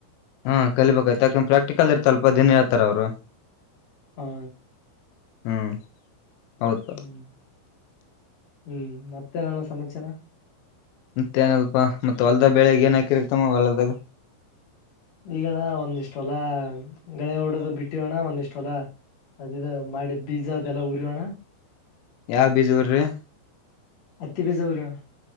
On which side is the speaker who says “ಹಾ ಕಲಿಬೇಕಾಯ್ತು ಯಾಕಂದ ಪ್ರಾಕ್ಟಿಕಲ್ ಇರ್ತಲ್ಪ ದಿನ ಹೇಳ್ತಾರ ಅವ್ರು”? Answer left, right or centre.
Left